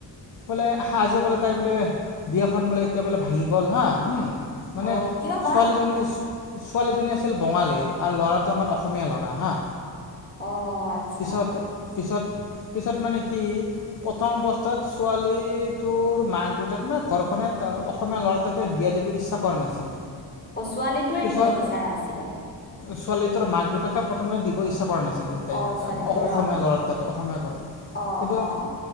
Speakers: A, on the left; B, on the left.
A: ক'লে আজিও কলে তাই বোলে বিয়াখন বোলে এতিয়া বোলে ভাঙি গ'ল হা হুম। মানে
B: অঁ কিয় বা
A: ছোৱালীজনী ইচ ছোৱালীজনী আছিল বঙালী। আৰু ল'ৰাটো আমাৰ অসমীয়া ল'ৰা হা।
B: অঁ, আচ্ছা।
A: পিছত পিছত পিছত মানে কি, প্ৰথম অৱস্থাত ছোৱালী টোৰ মাক দেউতাক মানে ঘৰখনে অসমীয়া ল'ৰা তাতে বিয়া দিব ইচ্ছা কৰা নাছিল।
B: অঁ, ছোৱালীটোৱে
A: পিছত
B: দিব বিচৰা আছিলে।
A: ছোৱালী তোৰ মাক দেউতাকে প্ৰথমে দিব ইচ্ছা কৰা নাছিল। ত'
B: অ'
A: অসমীয়া
B: ছোৱালীটোৰ অ'
A: ল'ৰা তাত অসমীয়া ঘৰত,
B: অ'
A: কিন্তু
B: অ'